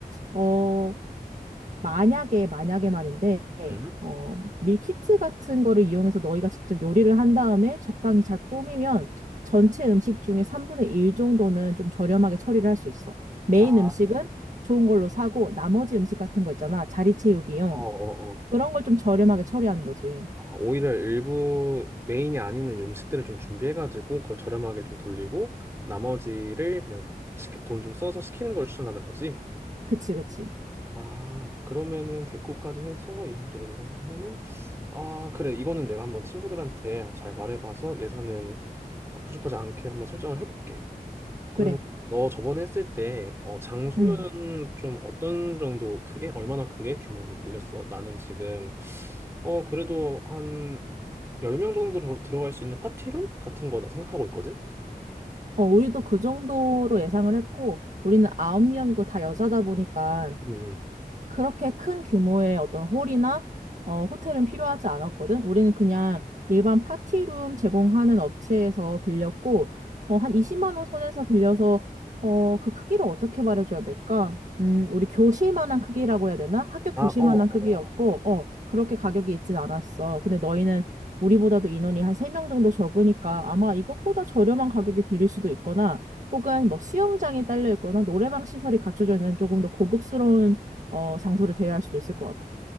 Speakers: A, on the right; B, on the right.
A: 어, 만약에, 만약에 말인데,
B: 음?
A: 어, 밀키트 같은 거를 이용해서 너희가 직접 요리를 한 다음에 적당히 잘 꾸미면 전체 음식 중에 3분의 1 정도는 좀 저렴하게 처리를 할 수 있어. 메인
B: 아,
A: 음식은 좋은 걸로 사고 나머지 음식 같은 거 있잖아. 자리 채우기용.
B: 어, 어, 어.
A: 그런 걸 좀 저렴하게 처리하는 거지.
B: 아, 오히려 일부 메인이 아닌 음식들을 좀 준비해가지고 그걸 저렴하게 좀 돌리고 나머지를 그냥 돈 좀 써서 시키는 걸 추천하는 거지?
A: 그치, 그치.
B: 아, 그러면은 대꾸까지 해서 이 정도로 계산하면은 아, 그래. 이거는 내가 한번 친구들한테 잘 말해봐서 예산은 어, 부족하지 않게 한번 설정을 해볼게.
A: 그래.
B: 그러면 너 저번에 했을 때 어, 장소는
A: 음.
B: 좀 어떤 정도 크게 얼마나 크게 규모를 빌렸어? 나는 지금 어, 그래도 한 10명 정도 들어- 들어갈 수 있는 파티룸 같은 거나 생각하고 있거든.
A: 어, 우리도 그 정도로 예상을 했고, 우리는 아홉 명이고 다 여자다 보니까
B: 음.
A: 그렇게 큰 규모의 어떤 홀이나 어, 호텔은 필요하지 않았거든. 우리는 그냥 일반 파티룸 제공하는 업체에서 빌렸고, 어, 한 20만 원 선에서 빌려서 어, 그 크기를 어떻게 말해줘야 될까? 음, 우리 교실만한 크기라고 해야 되나? 학교 교실만한
B: 아, 어, 어. 어,
A: 크기였고,
B: 어.
A: 어, 그렇게 가격이 있진 않았어. 근데 너희는 우리보다도 인원이 한 3명 정도 적으니까 아마 이것보다 저렴한 가격에 빌릴 수도 있거나, 혹은 뭐 수영장이 딸려 있거나 노래방 시설이 갖춰져 있는 조금 더 고급스러운 어, 장소를 대여할 수도 있을 것 같아.